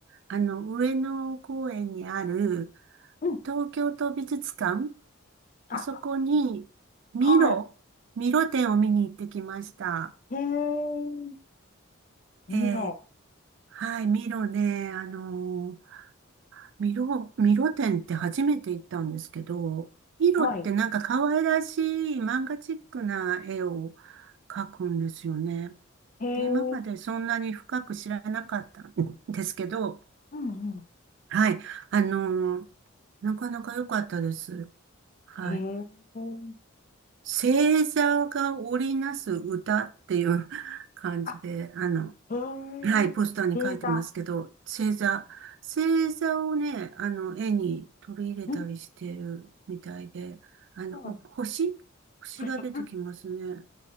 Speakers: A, on the right; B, on the left.
A: あの、上野公園にある
B: うん、
A: 東京都美術館、
B: あ、
A: あそこにミロ、
B: はい、
A: ミロ展を見に行ってきました。
B: へえ、ミロ、
A: ええはい、ミロね、あのミロ、ミロ展って初めて行ったんですけど、ミロってなんか可愛らしい漫画チックな絵を
B: はい、
A: 描くんですよね。
B: へえ、
A: で、今までそんなに深く知らなかったんですけど、
B: うん、うん、
A: はい。あのーなかなか良かったです。はい。
B: へえ、
A: 星座が織りなす歌っていう <laughs> 感じで、
B: あ、
A: あの、
B: へえ、
A: はい、ポスターに書いてますけど、
B: 星座、
A: 星座、星座をね、あの、絵に取り入れたりしてるみたいで、
B: うん、
A: あの、
B: そうなん、
A: お星星が出てきますね。
B: 不うん、